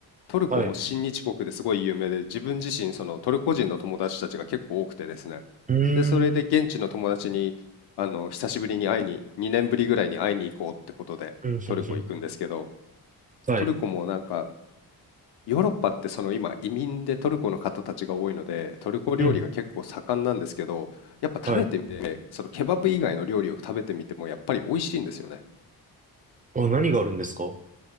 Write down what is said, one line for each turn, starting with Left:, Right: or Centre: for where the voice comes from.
Left: トルコも親日国ですごい有名で、
Right: はい。
Left: 自分自身、そのトルコ人の友達たちが結構多くてですね。
Right: うーん。
Left: で、それで現地の友達に、あの、久しぶりに会いに、2年ぶりぐらいに会いに行こうってことで、
Right: うん、うん、
Left: トルコ行くんですけど、
Right: うん。はい。
Left: トルコもなんか、ヨーロッパってその今移民でトルコの方たちが多いので、トルコ料理が結構盛んなんですけど、
Right: うん。
Left: やっぱ食べてみて、
Right: はい。
Left: そのケバブ以外の料理を食べてみてもやっぱり美味しいんですよね。
Right: あ、何があるんですか